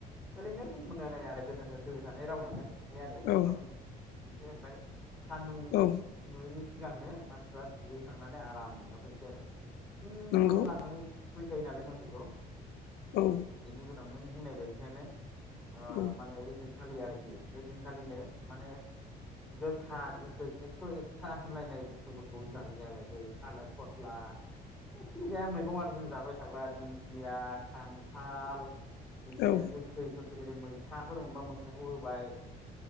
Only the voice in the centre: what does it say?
ओरैनो बुंबोलायनाय होननाय आरो गोदोनो फैबाय थानाय राव होनालाय बे आरो बेसेबां।
<inaudible> सान्दुं
नुयैनि सिं सिगांनो मानसिफ्रा दुगैखांनानै आरामनो फैनोसै आरो। फुंआवनो
लांनानै <unintelligible> नालाय मोसौखौ।
बेनि नों बुंनाय बायदियानो। ओ
माने <unintelligible> खालि आरोखि इदिन खालिनो माने गोखा गोखै एकस' एकथा होनलायनाय बस्थुफोरखौ जायो आरो जेरै थालिर फस्ला जायखि जाया मैगं आरो जों जाबाय थाग्रा दिंखिया खान्थाल। बिदिनो
गो खैफोरखौ जेरै मैथाफोर मोनबा मैथाखौ होबाय